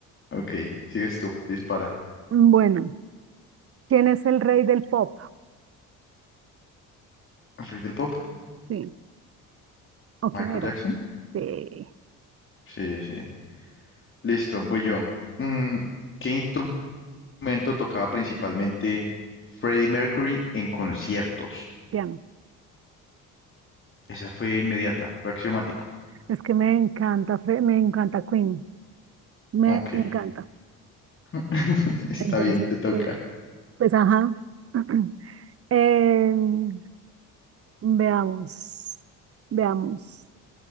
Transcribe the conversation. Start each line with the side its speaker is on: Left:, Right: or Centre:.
Left: Ok, sigues tú. Dispara.
Right: Bueno, ¿quién es el rey del pop?
Left: ¿El rey del pop?
Right: Sí. ¿O
Left: ¿Michael
Right: quién era?
Left: Jackson?
Right: Sí.
Left: Sí, sí. Listo, voy yo. Mm, ¿qué instrumento tocaba principalmente Freddie Mercury en conciertos?
Right: Piano.
Left: Esa fue inmediata, fue axiomático.
Right: Es que me encanta, Fre- me encanta Queen, me
Left: Ok.
Right: encanta.
Left: <laughs> Está
Right: Entonces,
Left: bien, te toca.
Right: pues, pues, ajá. <clears throat> Em, veamos, veamos.